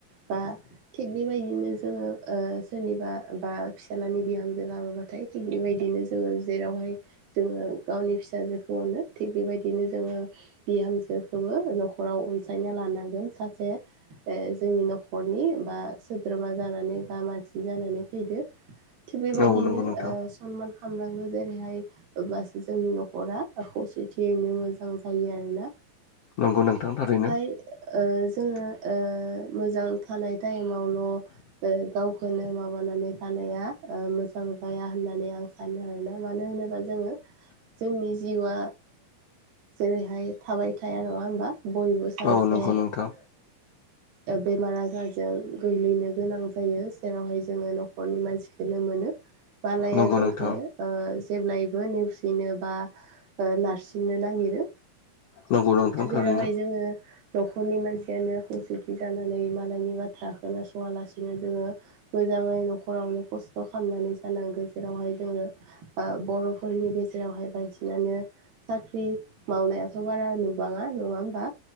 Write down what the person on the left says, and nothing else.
औ नंगौ नोंथां
नंगौ नोंथां थारैनो
औ नंगौ नोंथां
नंगौ
नोंथां
नंगौ नोंथां
थारैनो